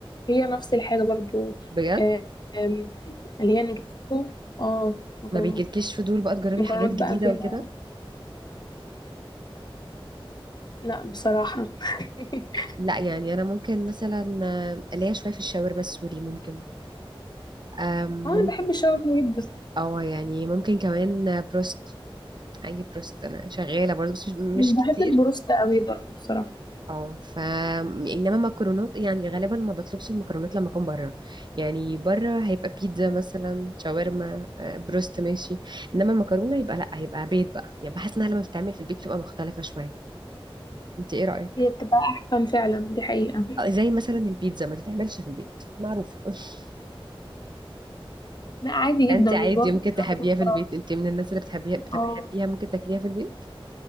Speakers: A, on the left; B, on the right.
A: هي نفس الحاجه برضو
B: بجد
A: آه، آم، اللي هي نجرسكو اه مكرونات
B: ما بيجيلكيش فضول بقى تجربي
A: مكرونات
B: حاجات جديده
A: بقى فيها
B: وكده
A: لا بصراحه <laughs>
B: لا يعني انا ممكن مثلا آه، ليا شويه في الشاورما السوري ممكن أم،
A: اه
B: مم-
A: انا بحب الشاورما جدا
B: اه يعني ممكن كمان آه، بروست اي بروست انا شغاله برضه بس مش مش
A: مش بحب
B: كتير
A: البروست قوي برضه بصراحه
B: اه ف انما مكرونات يعني غالبا ما بطلبش المكرونات لما اكون بره يعني بره هيبقى بيتزا مثلا شاورما آه، بروست ماشي انما المكرونه يبقى لا هيبقى بيت بقى يعني بحس انها لما بتتعمل في البيت بتبقى مختلفه شويه انت ايه رايك
A: هي بتبقى احسن فعلا دي حقيقه
B: آه، زي مثلا البيتزا ما تتعملش في البيت معروفه <laughs>
A: لا عادي
B: انت
A: جدا
B: عادي
A: مش بوافق
B: ممكن
A: في الرأي
B: تحبيها
A: ده بصراحه
B: في البيت انت من الناس اللي بتحبيها بتحبيها
A: اه
B: ممكن تاكليها في البيت